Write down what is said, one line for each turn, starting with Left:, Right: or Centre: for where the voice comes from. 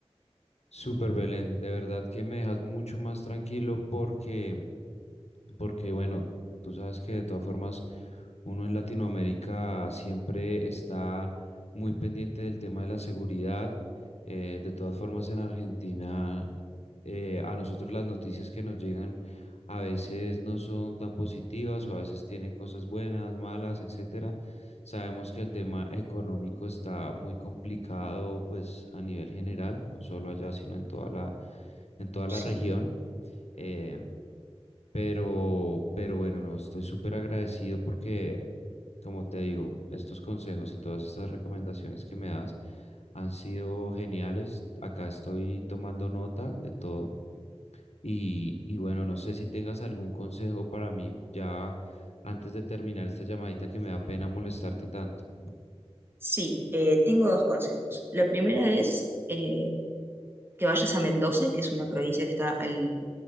Left: súper Belén, de verdad que me dejas mucho más tranquilo porque Porque bueno, tú sabes que de todas formas uno en Latinoamérica siempre está muy pendiente del tema de la seguridad. Eh, de todas formas en Argentina eh, a nosotros las noticias que nos llegan a veces no son tan positivas o a veces tienen cosas buenas, malas, etcétera. Sabemos que el tema económico está muy complicado pues a nivel general, no solo allá, sino en toda la, en toda la
Right: Sí,
Left: región. Eh, pero, pero bueno, no, estoy súper agradecido porque, como te digo, estos consejos y todas estas recomendaciones que me das han sido geniales. Acá estoy tomando nota de todo. Y, y bueno, no sé si tengas algún consejo para mí ya antes de terminar esta llamadita que me da pena molestarte tanto.
Right: sí eh, tengo dos consejos. La primera es eh, que vayas a Mendoza, que es una provincia que está al,